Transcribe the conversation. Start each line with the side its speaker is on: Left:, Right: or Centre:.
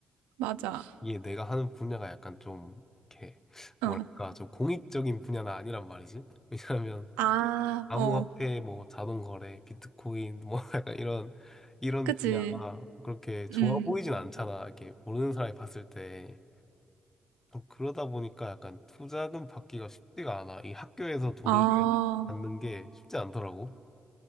Right: 맞아.
Left: 이게 내가 하는 분야가 약간 좀 이렇게 뭐랄까
Right: 어.
Left: 좀 공익적인 분야는 아니란 말이지. <laughs> 왜냐하면
Right: 아,
Left: 암호화폐,
Right: 어.
Left: 뭐 자동거래, 비트코인, 뭐 <laughs> 약간 이런 이런
Right: 그치.
Left: 분야가 그렇게 좋아
Right: 음.
Left: 보이진 않잖아. 이렇게 모르는 사람이 봤을 때. 그러다 보니까 약간 투자금 받기가 쉽지가 않아. 이 학교에서 돈을
Right: 아, 어.
Left: 갖는 게 쉽지 않더라고.